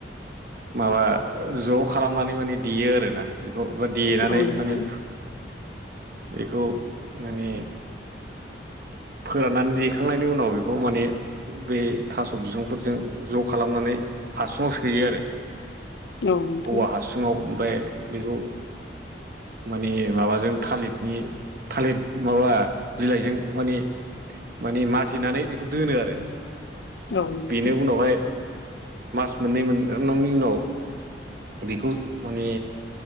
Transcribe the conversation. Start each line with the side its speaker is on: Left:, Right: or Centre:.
Right: माबा ज' खालामनानै माने देयो आरोना बेखौ बा देनानै
Left: औ नोंथां
Right: माने बेखौ माने फोराननानै देखांनायनि उनाव बेखौ माने बे थास' बिसुंफोरजों ज' खालामनानै हासुङाव सोयो आरो
Left: औ नोंथां
Right: औवा हासुङाव ओमफ्राय बेखौ माने माबाजों थालिरनि थालिर माबा बिलाइजों माने माने माथेनानै बेखौ दोनो आरो
Left: औ नोंथां
Right: बेनि उनावहाय मास मोननै मोनगांनांनायनि उनाव बेखौ माने